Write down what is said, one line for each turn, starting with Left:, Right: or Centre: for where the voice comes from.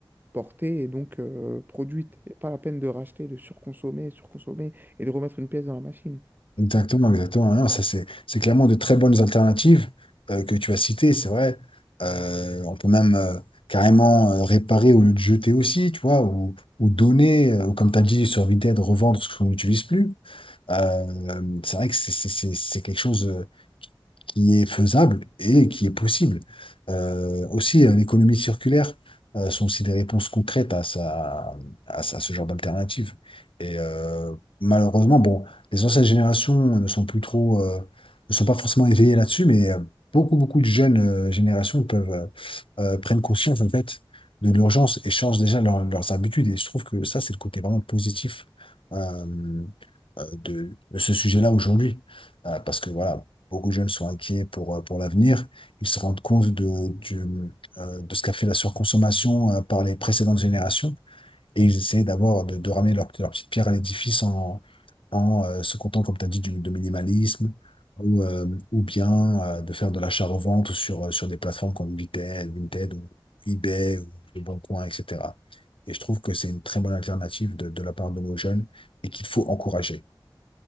Right: portée et donc euh, produite. Et pas la peine de racheter, de surconsommer, surconsommer et de remettre une pièce dans la machine.
Left: Exactement, exactement. Non, ça, c'est, c'est clairement de très bonnes alternatives euh, que tu as citées, c'est vrai. Euh, on peut même euh, carrément euh, réparer au lieu de jeter aussi, tu vois, ou, ou donner, euh, ou comme tu as dit, sur Vinted, revendre ce qu'on n'utilise plus. Euh, c'est vrai que c'est c'est- c'est- c'est quelque chose euh, qui est faisable et qui est possible. Euh, aussi, euh, l'économie circulaire euh, sont aussi des réponses concrètes à, ça, à, ça- à ce genre d'alternative. Et euh, malheureusement, bon, les anciennes générations ne sont plus trop, euh, ne sont pas forcément éveillées là-dessus, mais euh, beaucoup, beaucoup de jeunes euh, générations peuvent euh, euh, prennent conscience en fait de l'urgence et changent déjà leur- leurs habitudes. Et je trouve que ça, c'est le côté vraiment positif euh, euh, de, de ce sujet-là aujourd'hui. Euh, parce que voilà, beaucoup de jeunes sont inquiets pour, euh, pour l'avenir. Ils se rendent compte de, du, euh, de ce qu'a fait la surconsommation euh, par les précédentes générations. Et ils essaient d'avoir, de, de ramener leur, leur petite pierre à l'édifice en, en euh, se contentant, comme tu as dit, du, de minimalisme. Ou, euh, ou bien euh, de faire de l'achat-revente sur, euh, sur des plateformes comme Vinted, Vinted ou eBay ou Le Bon Coin, etc. Et je trouve que c'est une très bonne alternative de, de la part de nos jeunes et qu'il faut encourager.